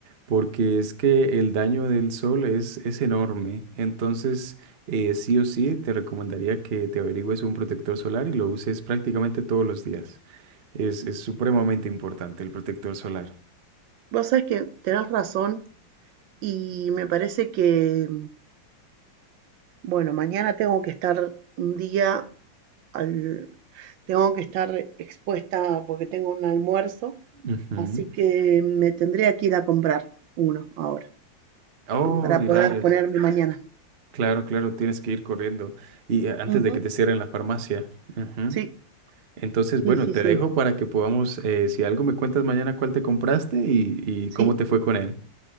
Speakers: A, on the right; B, on the right.
A: porque es que el daño del sol es, es enorme, entonces eh, sí o sí te recomendaría que te averigües un protector solar y lo uses prácticamente todos los días. Es, es supremamente importante el protector solar.
B: vos sabés que tenés razón y me parece que, bueno, mañana tengo que estar un día al, tengo que estar expuesta porque tengo un almuerzo,
A: Ujú.
B: así que me tendría que ir a comprar uno ahora
A: Oh,
B: para
A: y
B: poder
A: rayos.
B: ponerme mañana.
A: Claro, claro, tienes que ir corriendo. Y eh, antes
B: Ujú,
A: de que te cierren la farmacia. Ujú.
B: Sí,
A: Entonces, bueno,
B: sí, sí,
A: te
B: sí,
A: dejo para que podamos, eh, si algo me cuentas mañana cuál te compraste y, y
B: sí,
A: cómo te fue con él.